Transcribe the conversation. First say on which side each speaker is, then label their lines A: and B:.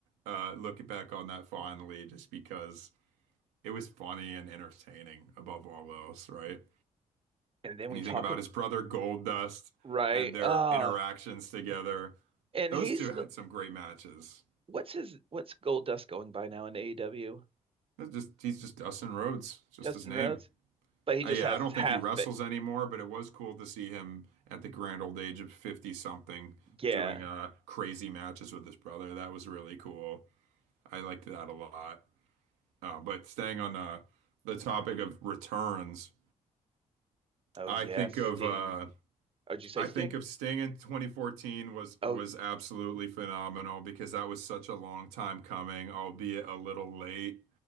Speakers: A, on the right; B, on the right.
A: uh, look back on that fondly just because it was funny and entertaining above all else, right?
B: And then we
A: And you
B: talk
A: think about
B: ab-
A: his brother Goldust
B: right.
A: and their
B: Uh
A: interactions together.
B: and
A: Those
B: he's
A: two
B: still
A: had some great matches.
B: what's his what's Gold Dust going by now in AEW?
A: That's just he's just Dustin Rhodes, just
B: Dustin
A: his name.
B: Rhodes? But he
A: Uh,
B: just
A: yeah,
B: has
A: I don't
B: his half
A: think he wrestles
B: fa-
A: anymore, but it was cool to see him at the grand old age of 50 something
B: yeah.
A: doing uh crazy matches with his brother. That was really cool. I liked that a lot. Uh, but staying on uh, the topic of returns,
B: Oh
A: I
B: yeah,
A: think
B: Sting.
A: of uh
B: Oh, did you say
A: I
B: Sting?
A: think of Sting in 2014 was was
B: Oh
A: absolutely phenomenal because that was such a long time coming, albeit a little late.